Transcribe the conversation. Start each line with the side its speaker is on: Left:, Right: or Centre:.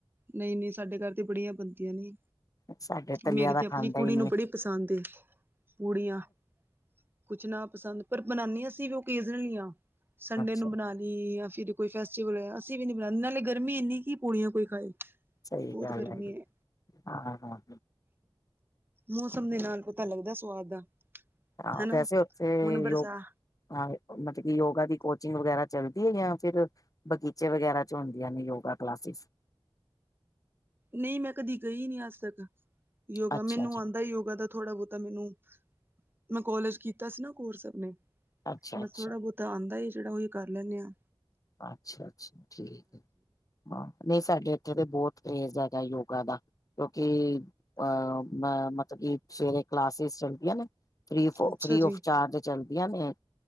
Right: ਨਹੀਂ ਨਹੀਂ ਸਾਡੇ ਘਰ ਤੇ ਬੜੀਆਂ ਬਣਦੀਆਂ ਨੇ।
Left: ਸਾਡੇ ਤਲਿਆ
Right: ਮੇਰੇ
Left: ਦਾ
Right: ਤੇ ਆਪਣੀ
Left: ਖਾਂਦਾ
Right: ਕੁੜੀ
Left: ਹੀ ਨੀ
Right: ਨੂੰ ਬੜੀ ਪਸੰਦ ਏ ਕੁੜੀਆਂ ਕੁਛ ਨਾ ਪਸੰਦ ਪਰ ਬਨਾਨੀ ਅਸੀਂ ਵੀ ਓਕੇਜਨਲੀ ਆਂ
Left: ਅੱਛਾ-ਅੱਛਾ
Right: ਸੰਡੇ ਨੂੰ ਬਣਾ ਲ ਨੀ ਅਸੀਂ ਤਾਂ ਕੋਈ ਫੈਸਟੀਵਲ <unintelligible> ਅਸੀਂ ਵੀ ਨੀ ਬਲ <unintelligible> ਨਾਲੇ ਗਰਮੀ ਇੰਨੀ ਕਿ ਪੁੂੜੀਆਂ ਕੋਈ ਖਾਏ
Left: ਸਹੀ
Right: ਬਹੁਤ
Left: ਗੱਲ
Right: ਗਰਮੀ
Left: ਹੈ
Right: ਐ
Left: ਹਾਂ ਹਾਂ
Right: ਮੌਸਮ ਦੇ ਨਾਲ ਪਤਾ ਲੱਗਦਾ ਸਵਾਦ ਦਾ
Left: ਹਾਂ
Right: ਹਨਾ।
Left: ਵੈਸੇ ਉੱਥੇ
Right: ਹੁਣ ਬਰਸਾ
Left: ਯੋ ਹਾਂ ਮਤ ਕਿ ਯੋਗਾ ਦੀ ਕੋਚਿੰਗ ਵਗੈਰਾ ਚੱਲਦੀ ਹੈ ਯਾਂ ਫਿਰ। ਬਗੀਚੇ ਵਗੈਰਾ ਚ ਹੁੰਦੀਆਂ ਨੇ ਯੋਗਾ ਕਲਾਸਿਸ।
Right: ਨਹੀਂ ਮੈਂ ਕਦੀ ਗਈ ਨੀ ਅੱਜ ਤੱਕ ਯੋਗਾ
Left: ਅੱਛਾ-ਅੱਛਾ
Right: ਮੈਨੂੰ ਆਂਦਾ ਯੋਗਾ ਦਾ ਥੋੜਾ ਬਹੁਤਾ ਮੈਨੂੰ ਮੈਂ ਕੋਲਜ ਕੀਤਾ ਸੀ ਨਾ ਕੋਰਸ ਆਪਣੇ
Left: ਅੱਛਾ
Right: ਬਸ
Left: ਅੱਛਾ
Right: ਥੋੜਾ ਬਹੁਤ ਥੋ ਤਾਂ ਆਂਦਾ ਏ ਜਿਹੜਾ ਓਹੀ ਕਰ ਲੈਂਨੇ ਆਂ
Left: ਅੱਛਾ ਅੱਛਾ ਠੀਕ ਹਾਂ ਨਹੀਂ ਸਾਡੇ ਇੱਥੇ ਤੇ ਬਹੁਤ ਕ੍ਰੇਜ਼ ਹੈਗਾ ਯੋਗਾ ਦਾ। ਕਿਉਂਕਿ ਅ ਮ ਮਤ ਕਿ ਸਵੇਰੇ ਕਲਾਸਿਸ ਚੱਲਦੀਆਂ ਨੇ। ਫਰੀ ਆਫ
Right: ਅੱਛਾ
Left: ਫਰੀ
Right: ਜੀ
Left: ਆਫ ਚਾਰਜ ਚਲਦੀਆਂ ਨੇ